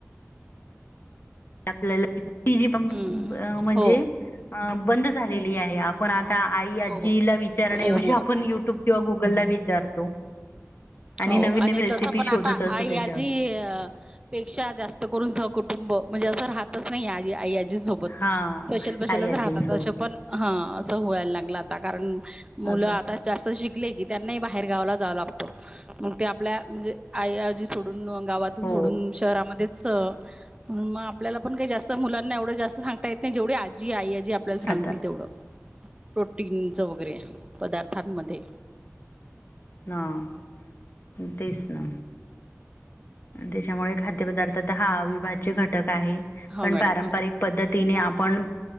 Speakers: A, on the left; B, on the right.
A: आपल्याला टी जी पंप
B: हं,
A: म्हण
B: हो
A: अ बंद झालेली आहे. आपण आता आई
B: हो
A: आजीला विचारण्याऐवजी
B: हो मॅडम
A: आपण युट्यूब किंवा गुगल ला विचारतो. <unintelligible>
B: हो
A: नवीन
B: आणि
A: नवीन रेसिपी
B: तसं पण
A: शोधत
B: आता
A: असतो
B: आई
A: त्याच्यावर
B: आजी अ पेक्षा जास्त करून सहकुटुंब म्हणजे असं राहतच नाही आजी आई आजींसोबत
A: हा
B: स्पेशल बशलच
A: आई आजींसोबत
B: राहतात असं पण <inaudible> हा असं वयला लागलं आता कारण मुलं
A: असं
B: आता जास्त शिकले की त्यांनाही बाहेर गावला जाव लागतो मग ते आपल्या म्हणजे आई आजी सोडून गावातून
A: हो
B: सोडून शहरामध्ये म्हणून मग आपल्याला पण काही जास्त मुलांना एवढं जास्त सांगता येत नाही. जेवढी आजी आई आजी आपल्याला सांगतील
A: राहतात
B: तेवढं प्रोटीनच वगैरे पदार्थांमध्ये
A: ह तेच ना त्याच्यामुळे खाद्यपदार्थ तर हा अविभाज्य घटक आहे.
B: हो
A: पण
B: मॅडम
A: पारंपरिक पद्धतीने आपण